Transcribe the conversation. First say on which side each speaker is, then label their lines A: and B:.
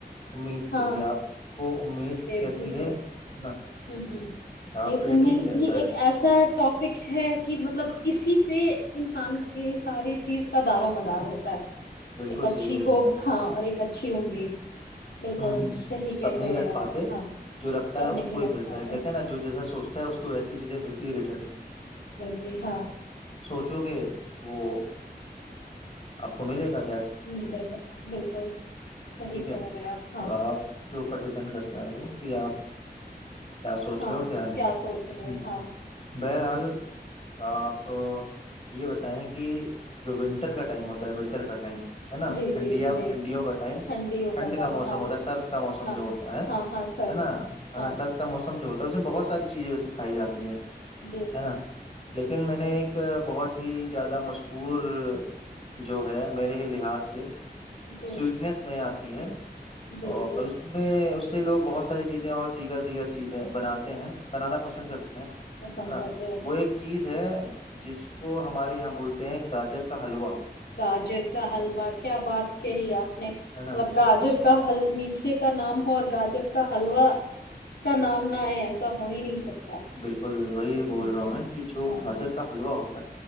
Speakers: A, on the left; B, on the left.
A: امید
B: ہاں
A: پہ کہ آپ کو امید
B: پہ
A: کیسی
B: بالکل
A: ہے ہے نا
B: ہوں ہوں
A: آپ
B: یہ
A: کا یقین
B: امید
A: کیسا
B: بھی ایک
A: ہے <unintelligible>
B: ایسا ٹاپک ہے <inaudible> کہ مطلب اسی پہ انسان کی ساری چیز کا دار و مدار ہوتا ہے <unintelligible>
A: بالکل
B: ایک اچھی
A: صحیح بول
B: ہوپ
A: رہی ہیں آپ
B: ہاں اور ایک اچھی امید <unintelligible>
A: ہ
B: صحیح کہہ
A: سب نہیں
B: رہے
A: رکھ
B: ہیں
A: پاتے
B: آپ ہاں
A: جو رکھتا
B: سب
A: ہے اس
B: نہیں
A: کو ہی
B: رکھ
A: ملتا
B: پاتے
A: ہے کہتے ہیں نا جو جیسا سوچتا ہے اس کو ویسی چیزیں ملتی ہے ریٹرن میں <unintelligible>
B: ج ہاں <inaudible>
A: چو کے وہ آپ کو ملے گا <unintelligible>
B: ملے گا بالکل صحیح
A: ٹھیک
B: کہہ
A: ہے
B: رہے ہیں آپ <unintelligible>
A: تو آپ کے اوپر ڈیپینڈ کر <unintelligible> کرتا ہے وہ کہ آپ <unintelligible>
B: ہاں
A: ہو اور نہیں
B: کیا سوچ رہے
A: ہوں،
B: ہیں ہاں
A: بہرحال آپ یہ بتائیں کہ جو ونٹر کا ٹائم ہوتا ہے ونٹر کا ٹائم ہے نا
B: جی
A: ٹھنڈیا
B: جی جی
A: ٹھنڈیوں کا ٹائم
B: ٹھنڈیوں
A: ٹھنڈ
B: ٹائم
A: کا موسم
B: ہاں
A: سرد کا موسم
B: ہاں
A: جو ہوتا ہے
B: ہاں ہاں سر
A: ہے نا ہے
B: ہاں
A: نا سرد کا موسم جو ہوتا ہے اس میں بہت س ساری چیزیں ویسے کھائی جاتی ہیں
B: جی
A: ہے نا لیکن میں نے ایک بہت ہی زیادہ مشہور جو ہے میرے لحاظ سے
B: جی
A: سوئٹنیس میں آتا تی ہے
B: جی
A: اور
B: جی
A: اس میں اس سےو بہت ساری چیزیں اور دیگر دیگر چیزیں بناتے ہیں بنانا پسند کرتے ہیں
B: پسند
A: نا
B: کرتے ہیں
A: وہ ایک چیز ہے جس کو ہمارے یہاں بولتے ہیں گاجر کا حلوا
B: گاجر کا حلوا کیا بات کہی آپ نے مطلب
A: ہے نا
B: گاجر
A: ہاں
B: کا حل می مھے کا نام ہو اور گاجر کا حلوا کا نام نہ ہے ایسا ہو ہی نہیں سکتا
A: بالکل وہی بول
B: ہ
A: رہا
B: ہ
A: ہوں میں کہ جو
B: ہاں
A: گاجر کا حلوا ہو تو